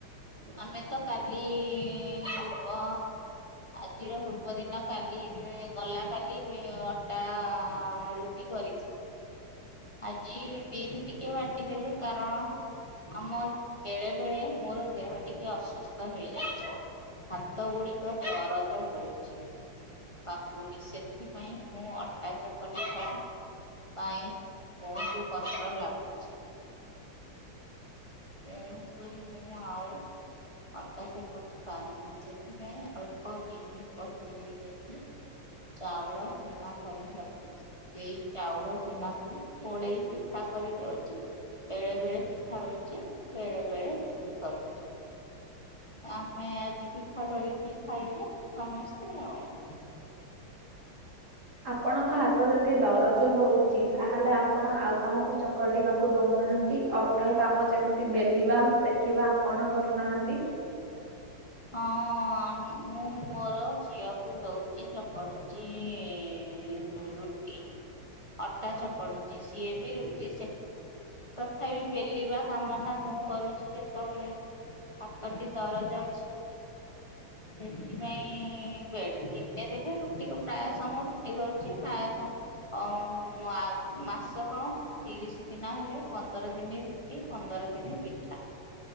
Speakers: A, on the left (about 15°); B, on the right (about 45°).
A: ଆମେ ତ କାଲି ପୂର୍ବ ଆଜିର ପୂର୍ବ ଦିନ କାଲି ଗଲା କାଲି ଅଟା ରୁଟି କରିଛି ଆଜି ବିରି ଟିକେ ବାଟି ଦେଲୁ କାରଣ ଆମ ବେଳେ ବେଳେ ମୋର ଦେହ ଟିକେ ଅସୁସ୍ଥ ହେଇଯାଇଛି। ହାତ ଗୁଡ଼ିକ ଦରଜ ହୋଉଛି। ବାପୁଲି ସେଥିପାଇଁ, ମୁଁ ଅଟା ଚକଟିବା ପାଇଁ ବହୁତ କଷ୍ଟ ଲାଗୁଛି। ଏଣୁ କରି ମୁଁ ଆଉ ଅଟା ଚକଟି ପାରୁନି ସେଥିପାଇଁ ଅଳ୍ପ ବିରି ବତୁରେଇ ଦେଇଛି। ଚାଉଳ ଚୁନା କରି ରଖୁଛି ସେ ଚାଉଳ ଚୁନା କୂ ଗୋଳେଇବି। ପିଠା କରିଦଉଛି ବେଳେ ବେଳେ ପିଠା ହଉଛି ବେଳେ ବେଳେ ରୁଟି କରୁଛି। ଆମେ ଆଜି ପିଠା କରିକି ଖାଇବୁ ସମସ୍ତେ ଆଉ।
B: ଆପଣଙ୍କ ହାତ ଯଦି ଦରଜ ହଉଛି ତାହେଲେ ଆପଣ ଆଉ କାହାକୁ ଚକଟିବାକୁ ଦଉନାହାନ୍ତି। ଅଲଗା କାମ ଯେମିତି ବେଲିବା, ସେକିବା ଆପଣ କରୁନାହାନ୍ତି।
A: ହଁ ମୁଁ ମୋର ଝିଅକୁ ଦଉଚି ଚକଡୁଚି, ଏଁ-ଏଁ-ଏଁ। ରୁଟି ଅଟା ଚକଡୁଛି ସିଏ ବି ରୁଟି ସେକୁଛି। ତଥାପି ବେଲିବା କାମ ଟା ମୁଁ କରୁଛି ଯେତବେଳେ ହାତଟି ଦରଜ ଅଛି।
B: <inaudible>
A: ସେଥିପାଇଁ ବେଡ୍ ଦନେ ଦିନେ ରୁଟିକୁ ପ୍ରାୟ ସମୟ ରୁଟି କରୁଛି ପ୍ରାୟ ସମ ରୁଟି କରିଛି। ଅଁ ମୁଁ ଆଉ ମାସକ ତିରିଶ ଦିନ ହେଲେ, ପନ୍ଦର ଦିନେ ରୁଟି, ପନ୍ଦର ଦିନେ ପିଠା